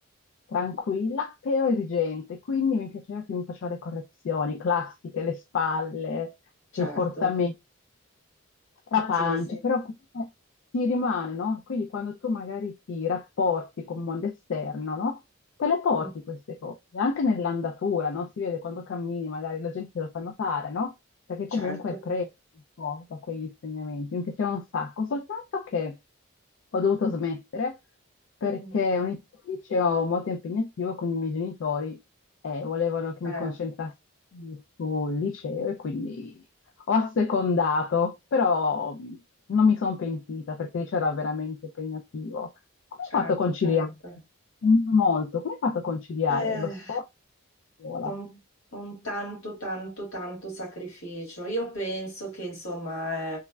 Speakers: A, on the left; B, on the left.
A: tranquilla, però esigente, quindi mi piaceva che mi faceva le correzioni classiche, le spalle,
B: certo,
A: il portamento, la pancia,
B: sì, sì,
A: però ti rimane, no? Quindi quando tu magari ti rapporti con il mondo esterno, no? Te le porti
B: Mm,
A: queste cose, anche nell'andatura, no? Si vede quando cammini, magari la gente te lo fa notare, no? Perché
B: certo.
A: comunque è preso un po' da quegli insegnamenti. Mi piaceva un sacco, soltanto che ho dovuto smettere perché
B: Mm.
A: è un liceo molto impegnativo, quindi i miei genitori eh, volevano che
B: Eh.
A: mi concentrassi sul liceo e quindi ho assecondato, però non mi sono pentita perché lì c'era veramente impegnativo. Come
B: Certo,
A: hai fatto a conciliare?
B: certo.
A: Mm, Molto, come hai fatto a conciliare
B: Eh,
A: lo sport e la scuola?
B: con, con tanto, tanto, tanto sacrificio. Io penso che, insomma,